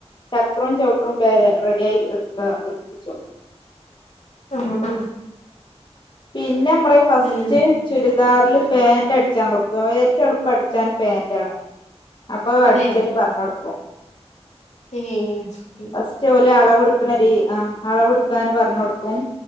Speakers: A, on the left; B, on the left.
A: ചക്രവും ചൗട്ടും <unintelligible> റെഡിയായി <unintelligible>
B: ഉം ഉം
A: പിന്നെ ഇമ്മറെ ഫസ്റ്റ്
B: ആഹ്
A: ചുരിദാറില് പേന്റടിച്ചാൻ കൊടുക്കും ഏറ്റോം എളുപ്പം അടിച്ചാന് പേന്റാണ് അപ്പൊ
B: അതെ
A: അടിച്ചല് പർഞ്ഞൊട്ക്കും
B: ഏഹ്
A: ഫസ്റ്റോല് അളവ് എടുക്കണ രീ ആഹ് അളവെട്ക്കാന് പറഞ്ഞൊട്ക്കും.